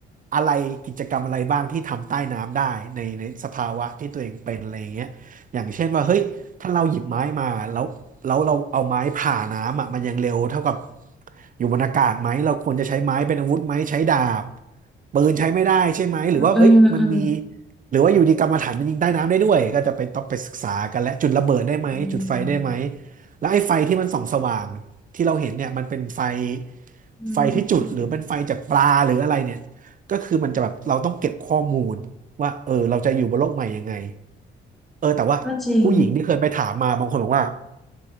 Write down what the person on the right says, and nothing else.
อะไรกิจกรรมอะไรบ้างที่ทำใต้น้ำได้ในในสภาวะที่ตัวเองเป็นอะไรอย่างเงี้ยอย่างเช่นว่าเฮ้ยถ้าเราหยิบไม้มาแล้วแล้วเราเอาไม้ผ่าน้ำอะมันยังเร็วเท่ากับอยู่บนอากาศไหมเราควรจะใช้ไม้เป็นอาวุธไหมใช้ดาบปืนใช้ไม่ได้ใช่ไหมหรือว่าเอ้ยมันมี
หรือว่าอยู่ดีกรรมฐานมันยิงใต้น้ำได้ด้วยก็จะไปต้องไปศึกษากันและจุดระเบิดได้ไหมจุดไฟได้ไหม
แล้วไอ้ไฟที่มันส่องสว่างที่เราเห็นเนี่ยมันเป็นไฟ
ไฟที่จุดหรือเป็นไฟจากปลาหรืออะไรเนี่ย
ก็คือมันจะแบบเราต้องเก็บข้อมูลว่าเออเราจะอยู่บนโลกใหม่ยังไง
เออแต่ว่าผู้หญิงที่เคยไปถามมาบางคนบอกว่า